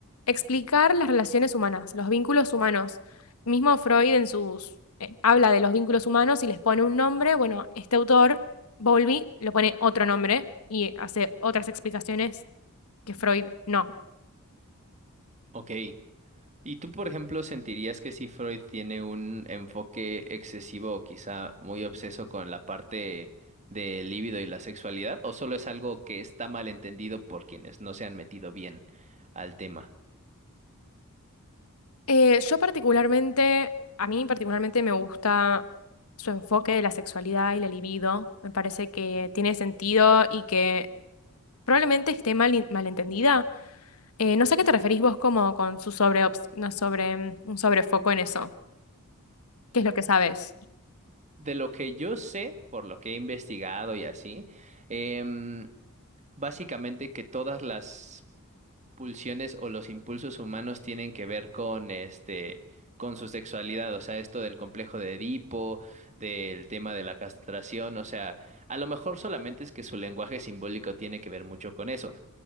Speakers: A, on the left (about 75°); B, on the right (about 30°).
A: explicar las relaciones humanas, los vínculos humanos. Mismo Freud en sus eh, habla de los vínculos humanos y les pone un nombre, bueno, este autor, Bowlby, le pone otro nombre y hace otras explicaciones que Freud no.
B: ok. ¿Y tú, por ejemplo, sentirías que si Freud tiene un enfoque excesivo o quizá muy obseso con la parte del libido y la sexualidad, o solo es algo que está mal entendido por quienes no se han metido bien al tema?
A: Eh, yo particularmente, a mí particularmente me gusta su enfoque de la sexualidad y la libido. Me parece que tiene sentido y que probablemente esté mal, in- malentendida. Eh, no sé a qué te referís vos como con su sobre, una sobre, un sobrefoco en eso. ¿Qué es lo que sabes?
B: De lo que yo sé, por lo que he investigado y así, em, básicamente que todas las pulsiones o los impulsos humanos tienen que ver con este, con su sexualidad, o sea, esto del complejo de Edipo, del tema de la castración, o sea, a lo mejor solamente es que su lenguaje simbólico tiene que ver mucho con eso,